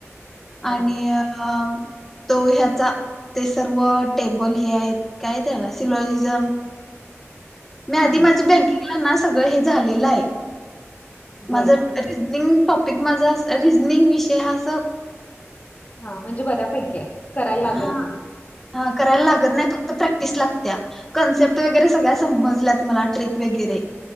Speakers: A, on the left (about 30°); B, in the centre.
A: हा
B: आणि अ तो ह्याचा ते सर्व टेबल हे आहेत काय त्याला सिलॉजिजम मी आधी
A: हा
B: माझ्या बँकिंगलाना सगळं हे झालेलं आहे,
A: बरं
B: माझ निंग टॉपिक माझ रिझनिंग विषय हा अस
A: हा म्हणजे बऱ्यापैकी आहे करायला लागत
B: हा
A: नाय.
B: हा करायला लागत नाय फक्त प्रॅक्टिस लागत्या. कन्सेप्ट वगैरे सगळ्या समजल्यात मला ट्रिक वगैरे